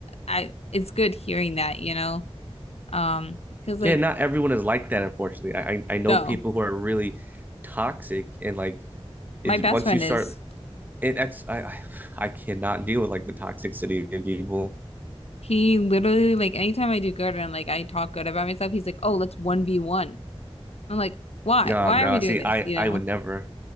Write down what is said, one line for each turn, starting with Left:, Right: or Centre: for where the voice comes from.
Left: I it's good hearing that, you know. Um, 'cause
Right: yeah,
Left: like
Right: not everyone is like that, unfortunately. I I know
Left: no,
Right: people who are really toxic and like it,
Left: my best
Right: once
Left: friend
Right: you start
Left: is
Right: it, that's I I I cannot deal with like the toxicity in people.
Left: he literally like anytime I do good and like I talk good about myself, he's like, "Oh, let's 1v1." I'm like, "Why?
Right: No,
Left: Why
Right: no.
Left: are we doing
Right: See,
Left: this?"
Right: I
Left: You know?
Right: I would never.